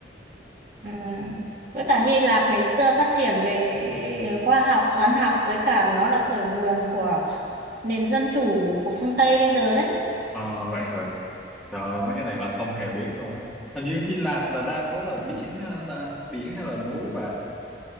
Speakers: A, on the right (about 50°); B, in the centre.
A: Ừm. Với cả Hy Lạp ngày xưa phát triển về khoa học, toán học với cả nó là khởi nguồn của nền dân chủ của phương Tây bây giờ đấy.
B: Ờ, vậy hả? Trời, mấy cái này là không hề biết luôn á. Hình như Hy Lạp là đa số là biển ha ta, biển hay là núi bà.